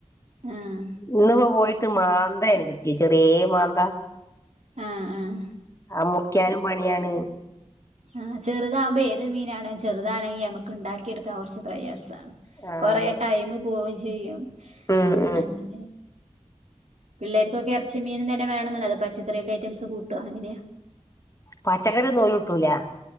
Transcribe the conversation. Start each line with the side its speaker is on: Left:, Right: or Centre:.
Right: ആഹ്
Left: ഇന്ന്പ്പോ പോയിട്ട് മാന്തേണ് കിട്ടിയെ ചെറിയേ മാന്ത
Right: ആഹ് ആഹ്
Left: ആഹ് മുറിക്യാനും പണിയാണ്
Right: ആഹ് ചെറ്താമ്പെയ് ഏത് മീനാണ് ചെറ്താണങ്കി യമക്ക് ണ്ടാക്കിയെട്ക്കാ കൊർച്ച് പ്രയാസാണ്
Left: ആ
Right: കൊറേ
Left: അതെ
Right: ടൈമ് പോവും ചെയ്യും
Left: ഉം ഉം
Right: അങ്ങനെ പിള്ളേർക്കൊക്കെ എർച്ചിം മീനും തന്നെ വേണെന്ന്ണ്ടതോ പക്ഷേ ഇത്രയൊക്കെഐറ്റംസ് കൂട്ട്യാന് നേ
Left: പച്ചക്കറി ന്നോലുട്ടൂല